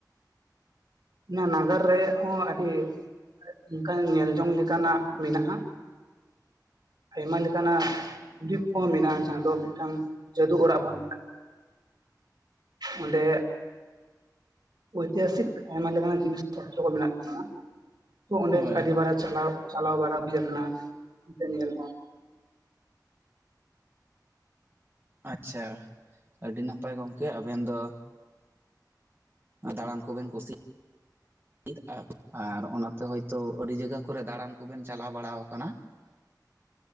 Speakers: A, on the right; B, on the right.
A: ᱚᱱᱟ ᱱᱟᱜᱟᱨ ᱨᱮ ᱦᱚᱸ ᱟᱹᱰᱤ ᱚᱱᱠᱟᱱ ᱧᱮᱞ ᱡᱚᱝ ᱞᱮᱠᱟᱱᱟᱜ ᱢᱮᱱᱟᱜᱼᱟ ᱟᱭᱢᱟ ᱞᱮᱠᱟᱱᱟᱜ ᱫᱩᱨᱤᱵ ᱠᱚᱦᱚᱸ ᱢᱮᱱᱟᱜᱼᱟ ᱡᱟᱦᱟᱸ ᱫᱚ ᱢᱤᱫᱴᱟᱝ ᱡᱟᱹᱫᱩ ᱚᱲᱟᱜ ᱵᱚᱱ ᱢᱮᱛᱟᱜᱼᱟ ᱚᱸᱰᱮ ᱳᱭᱛᱤᱦᱟᱥᱤᱠ ᱟᱭᱢᱟ ᱞᱮᱠᱟᱱ ᱡᱤᱱᱤᱥ ᱯᱚᱛᱨᱚ ᱠᱚ ᱢᱮᱱᱟᱜ ᱛᱟᱵᱚᱱᱟ ᱛᱚ ᱚᱸᱰᱮ
B: ᱦᱳᱭ
A: ᱟᱹᱰᱤᱵᱟᱨᱟ ᱪᱟᱞᱟᱣ ᱪᱟᱞᱟᱣ ᱵᱟᱲᱟ ᱦᱩᱭ ᱟᱠᱟᱱᱟᱛᱮ ᱧᱮᱞ ᱦᱚᱸ
B: ᱟᱪᱪᱷᱟ ᱟᱹᱰᱤ ᱱᱟᱯᱟᱭ ᱜᱚᱢᱠᱮ ᱟᱵᱮᱱ ᱫᱚ ᱫᱟᱬᱟᱱ ᱠᱚᱵᱮᱱ ᱠᱩᱥᱤᱟᱜ <unintelligible> ᱟᱨ ᱚᱱᱟᱛᱮ ᱦᱳᱭᱛᱳ ᱟᱹᱰᱤ ᱡᱟᱭᱜᱟ ᱠᱚᱨᱮ ᱫᱟᱬᱟᱱ ᱠᱚᱵᱮᱱ ᱪᱟᱞᱟᱣ ᱵᱟᱲᱟ ᱟᱠᱟᱱᱟ